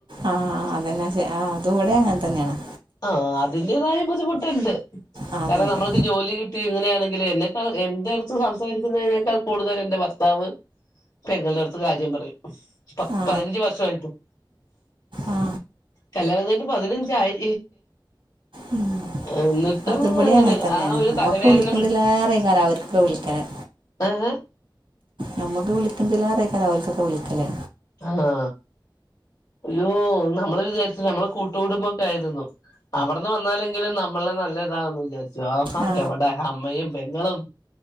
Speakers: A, on the right; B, on the left.
A: ആഹ് അതെന്നാചാ ആ അതൂവ്ടെ അങ്ങൻതന്നെയാണ്
B: ആ അതിൻ്റേതായ ബുദ്ധിമുട്ടിണ്ട്
A: ആ അതന്നെ
B: കാരണം നമ്മള്ക്ക് ജോലി കിട്ടി ഇങ്ങനെയാണെ ങ്കില് എന്നെക്കാ എന്റെടുത്ത് സംസാരിക്കുന്നതിനേക്കാൾ കൂടുതലെന്റെ ഭർത്താവ് പെങ്ങൾടെ അടുത്ത് കാര്യം പറയും പപതിനഞ്ച്
A: ആ
B: വർഷായിട്ടും
A: ആ
B: കല്യാണം കിട്ട് പതിനഞ്ചായി
A: ഉം
B: എന്നിട്ടും
A: അത്വ്ടെയും
B: അങ്ങനെ
A: അങ്ങൻതന്നെയാണ്
B: ആ ഒരു
A: മ്മക്ക്
B: തലവേദന
A: വിളിക്കണ്ടില്ലേറെ കാലാവർക്ക് വിളിക്കലാണ്
B: ആഹ്
A: നമ്മക്ക് വിളിക്കത്തില്ലാറിക്കാനാ അവര്ക്കൊക്കെ വിളിക്കല്
B: ആണോ അയ്യോ നമ്മള് വിചാരിച്ച് നമ്മള് കൂട്ടുകുടുമ്പൊക്കെ ആയിരുന്നു അവിടെന്ന് വന്നാലെങ്കിലും നമ്മളെ നല്ല ഇതാന്ന് വിചാരിച്ചു ആഹാ
A: ആ
B: എവിടെ അമ്മയും പെങ്ങളും